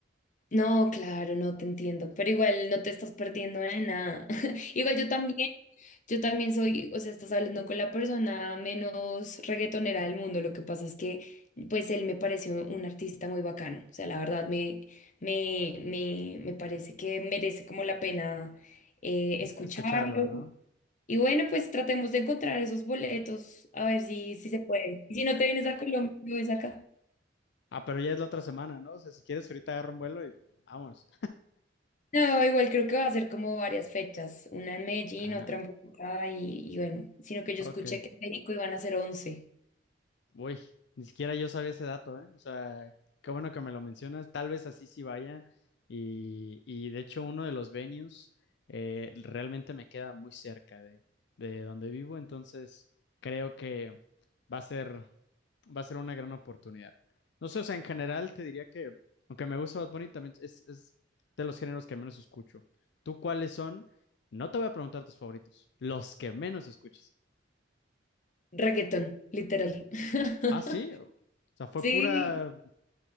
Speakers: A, on the left; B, on the left.
A: No, claro, no te entiendo, pero igual no te estás perdiendo de nada. <laughs> Igual yo también, yo también soy, o sea, estás hablando con la persona menos reggaetonera del mundo. Lo que pasa es que, pues, él me pareció un artista muy bacano. O sea, la verdad me, me, me, me parece que merece como la pena eh,
B: es-
A: escucharlo.
B: escucharlo, ¿no?
A: Y bueno, pues tratemos de encontrar esos boletos, a ver si, si se puede. Y si no te vienes a Colombia, lo ves acá.
B: Ah, pero ya es la otra semana, ¿no? O sea, si quieres, ahorita agarro un vuelo y vámonos.
A: No, igual creo que va a ser como varias fechas, una en Medellín,
B: Ah,
A: otra en Bogotá y, y bueno, sino que yo
B: ok.
A: escuché que en México iban a ser once
B: Uy, ni siquiera yo sabía ese dato, ¿eh? O sea, qué bueno que me lo mencionas. Tal vez así sí vaya. Y, y de hecho, uno de los venues eh, realmente me queda muy cerca de, de donde vivo. Entonces, creo que va a ser, va a ser una gran oportunidad. No sé, o sea, en general te diría que, aunque me gusta Bad Bunny, también es, es de los géneros que menos escucho. ¿Tú cuáles son? No te voy a preguntar tus favoritos, los que menos escuchas.
A: Reggaetón, literal. <laughs>
B: Ah, sí. O sea, fue
A: Sí,
B: pura